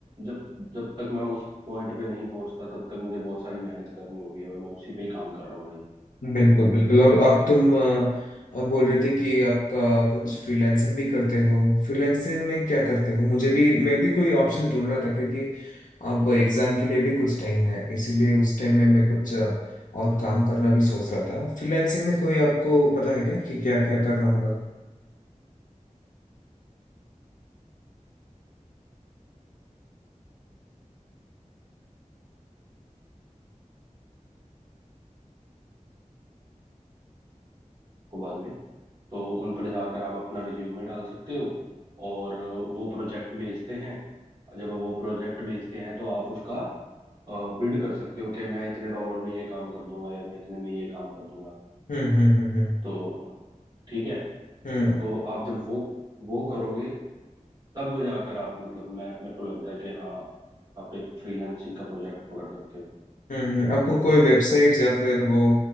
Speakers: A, on the right; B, on the left.
A: जब जब तक मैं उस पॉइंट पे नहीं पहुंचता तब तक मुझे बहुत सारी मेहनत करनी होगी और मैं उसी पे ही काम कर रहा हूँ भाई
B: बिल्कुल बिल्कुल और आप तुम अ, अ, बोल रहे थे कि आपका कुछ फ्रीलांसिंग भी करते हो फ्रीलांसिंग में क्या करते हो मुझे भी मैं भी कोई ऑप्शंस ढूंढ रहा था क्योंकि अब एग्जाम के लिए भी कुछ टाइम है इसीलिए उस टाइम में मैं कुछ अ, और काम करना भी सोच रहा था फ्रीलांसिंग में कोई आपको पता है क्या कि क्या क्या करना होगा
A: को बाद में तो उन पर जाकर आप अपना रिज्यूमे डाल सकते हो और वो प्रोजेक्ट भेजते हैं जब वो प्रोजेक्ट भेजते हैं तो आप उसका बिड कर सकते हो कि मैं इतने डॉलर में ये काम कर दूंगा या मैं इतने में ये काम कर दूंगा
B: हम्म हम्म हम्म हम्म
A: तो ठीक है
B: हम्म
A: तो आप जब वो वो करोगे तब वो जाकर आप मतलब मैं मेरे को लगता है कि हाँ आप एक फ्रीलांसिंग का प्रोजेक्ट पकड़ सकते हो
B: हम्म हम्म। आपको कोई वेबसाइट्स या फिर वो